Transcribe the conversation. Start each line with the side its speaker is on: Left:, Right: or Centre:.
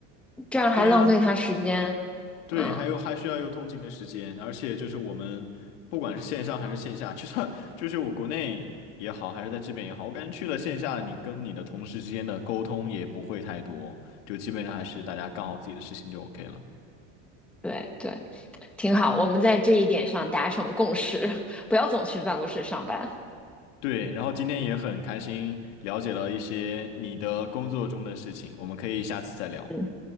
Centre: 这样还浪费他时间。
Left: 对呀，对，
Centre: 嗯，
Left: 还有还需要有通勤的时间，而且就是我们不管是线上还是线下，就算就是我国内也好，还是在这边也好，我感觉去了线下，你跟你的同事之间的沟通也不会太多，就基本上还是大家干好自己的事情就 OK 了。
Centre: 对对，挺好，我们在这一点上达成了共识，<laughs> 不要总去办公室上班。
Left: 对，然后今天也很开心了解了一些你的工作中的事情，我们可以下次再聊。
Centre: 嗯，